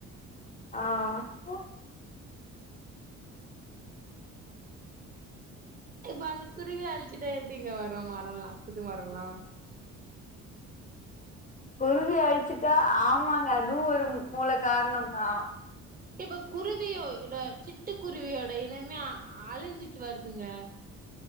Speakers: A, on the left; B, on the right.
A: அ அ
B: இப்ப அந்த குருவிய அழிச்சுட்டா எப்டிங்க வரு மரோல்லா புது மரோல்லா
A: குருவி அழிச்சுட்டா ஆமாங்க அதுவு ஒரு மூல காரணம் தா
B: இப்ப குருவியோட சிட்டு குருவியோட இனமே அழிஞ்சிட்டு வருதுங்க